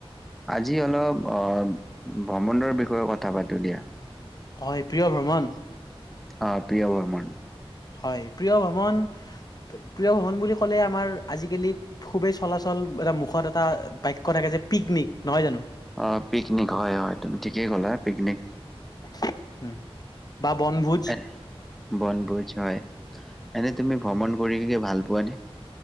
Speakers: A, in the centre; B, on the left.
A: আজি অলপ আ ভ্ৰমণৰ বিষয়ে কথা পাতো দিয়া।
B: হয়, প্ৰিয় ভ্ৰমণ
A: অ' প্ৰিয় ভ্ৰমন
B: হয়, প্ৰিয় ভ্ৰমণ, প্ৰিয় ভ্ৰমণ বুলি ক'লে আমাৰ আজি-কালি খুবেই চলাচল চল এটা, মুখত এটা বাক্য থাকে যে পিকনিক নহয় জানো?
A: অঁ, পিকনিক হ'য় হ'য় তুমি ঠিকেই কলা। পিকনিক
B: চে-ত্‌ৰক, উম বা বনভোজ
A: এট্‌ বনভোজ হ'য়। এনেই তুমি ভ্ৰমণ কৰিকিনে ভাল পোৱা নে?